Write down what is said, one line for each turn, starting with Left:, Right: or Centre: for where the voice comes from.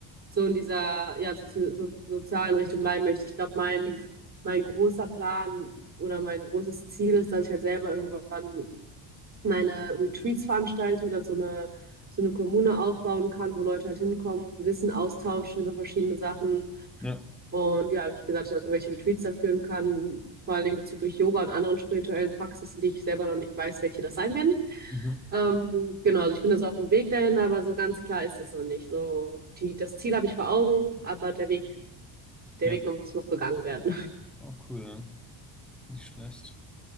Right: so in dieser ja, sozi so, sozialen Richtung bleiben möchte. Ich glaube, mein, mein großer Plan oder mein großes Ziel ist, dass ich halt selber irgendwann meine Retreats veranstalte oder so eine, so eine Kommune aufbauen kann, wo Leute halt hinkommen, Wissen austauschen über verschiedene Sachen.
Centre: Ja.
Right: Und ja, wie ich gesagt, habe, welche Retreats da führen kann, vor allem bezüglich Yoga und anderen spirituellen Praxisen, die ich selber noch nicht weiß, welche das sein werden.
Centre: Mhm.
Right: Ähm, genau, also ich bin also auf dem Weg dahin, aber so ganz klar ist es noch nicht. So, die, das Ziel habe ich vor Augen, aber der Weg, der
Centre: Ja.
Right: Weg noch, muss noch gegangen werden. <laughs>
Centre: Oh, cool. ja. Nicht schlecht.